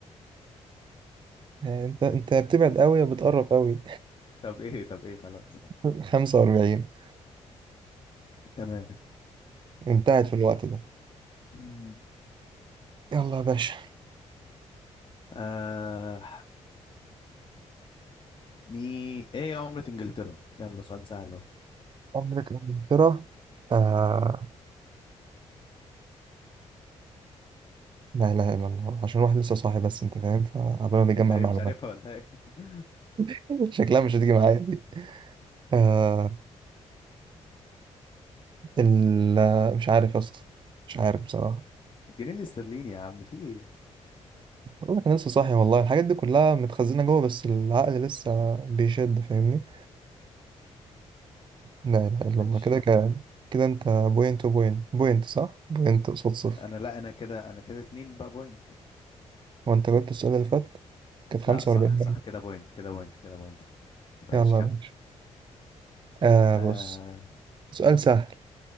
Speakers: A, on the right; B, on the left.
A: يعني انت انت بتبعد قوي يا بتقرب قوي
B: طب ايه طب ايه خلاص
A: <laughs> 45
B: تمام
A: انتهت في الوقت ده
B: <clears throat>
A: يلا يا باشا
B: آه مي ايه عملة انجلترا يلا سؤال سهل اهو
A: عملت انجلترا آه...
B: مم.
A: لا اله الا الله عشان الواحد لسه صاحي بس انت فاهم فقبل
B: <laughs>
A: ما بيجمع
B: انت ايه
A: المعلومات
B: مش عارفها ولا ايه <laughs>
A: <laughs> شكلها مش هتيجي معايا دي آه... ال... مش عارف يا اسطى مش عارف بصراحة
B: الجنيه الاسترليني يا عم في ايه
A: والله كان لسه صاحي والله الحاجات دي كلها متخزنة جوه بس العقل لسه بيشد فاهمني لا اله الا
B: ماشي
A: الله كده ك... كده انت بوينت وبوينت بوينت صح بوينت قصاد صفر
B: انا لا انا كده انا كده اتنين بقى بوينت
A: وانت جبت السؤال اللي فات كانت 45
B: لا صح
A: جنيه.
B: صح كده بوينت كده بوينت كده بوينت ماشي
A: يلا
B: كمل
A: يا باشا آه
B: آه
A: بص سؤال سهل